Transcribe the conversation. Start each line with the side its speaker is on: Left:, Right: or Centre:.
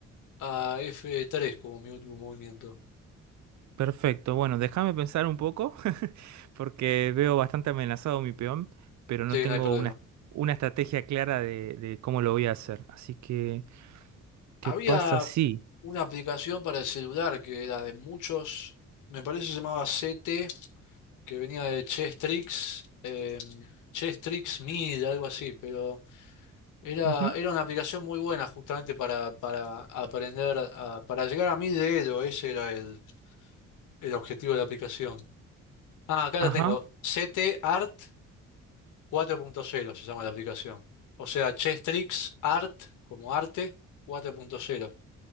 Left: a F3 como mi último movimiento.
Right: Perfecto, bueno, déjame pensar un poco, <laughs> porque veo bastante amenazado mi peón, pero no
Left: Sí,
Right: tengo
Left: no hay problema.
Right: una, una estrategia clara de, de cómo lo voy a hacer. Así que, ¿qué
Left: Había
Right: pasa si?
Left: una aplicación para el celular que era de muchos, me parece se llamaba C T que venía de Chess Tricks, eh, Chess Tricks Mid, algo así, pero era,
Right: Ujú,
Left: era una aplicación muy buena justamente para, para aprender, a- para llegar a 1000 de Elo, ese era el, el objetivo de la aplicación. Ah, acá la
Right: Ajá.
Left: tengo, C T Art cuatro punto cero se llama la aplicación, o sea, Chess Tricks Art, como arte, cuatro punto cero